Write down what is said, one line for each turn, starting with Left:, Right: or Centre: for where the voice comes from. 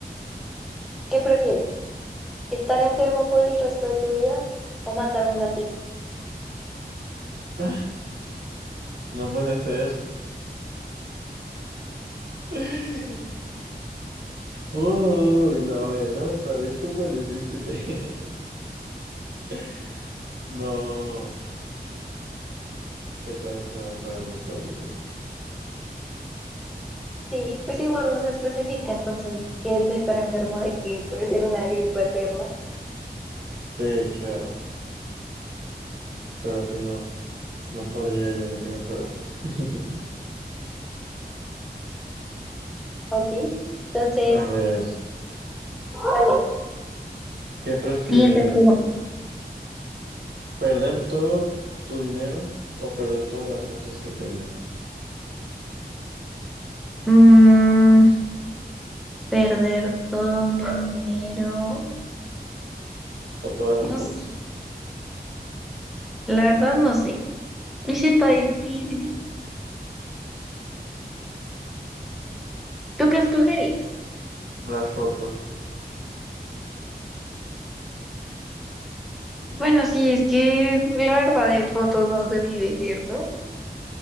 Centre: ¿qué prefieres? ¿Estar enfermo por el resto de tu vida o matar un gatito?
Right: Ah, no puede ser. <laughs> Uy, no, eso está es súper difícil. de- <laughs> No, estar enfermo todo el resto de mi
Centre: Sí, pues igual no se especifica, entonces, que de estar enfermo de que puede ser una gripa eterna.
Right: vida. Sí, claro, pero si no, no podría, yo no tengo el corazón. <laughs>
Centre: Ok, entonces,
Right: A ver,
Centre: dale.
Right: ¿qué prefieres?
Centre: Siguiente pregunta.
Right: ¿Perder todo tu dinero o perder todas las fotos que tengas?
Centre: Mm, perder todo mi dinero.
Right: O todas las
Centre: No
Right: fotos.
Centre: sé. La verdad no sé. Uy, sí está difícil. ¿Tú qué escogerías?
Right: Las fotos.
Centre: Bueno, sí, es que la verdad de fotos no se vive, ¿cierto?